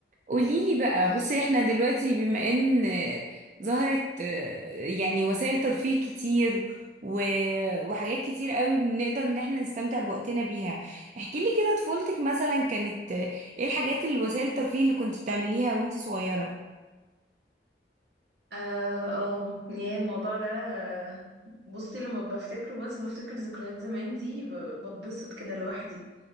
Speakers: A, on the right; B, on the right.
A: قوليلي بقى بصي احنا دلوقتي بما ان آه، ظهرت آه، يعني وسائل ترفيه كتير و... وحاجات كتير قوي بنقدر ان احنا نستمتع بوقتنا بيها احكي لي كده طفولتك مثلا كانت آه، ايه الحاجات الوسائل الترفيه اللي كنت بتعمليها وانت صغيرة
B: اه آه، يا الموضوع ده آه، بصي لما بفتكره بس بفتكر ذكريات زمان دي ب- بتبسط كده لوحدي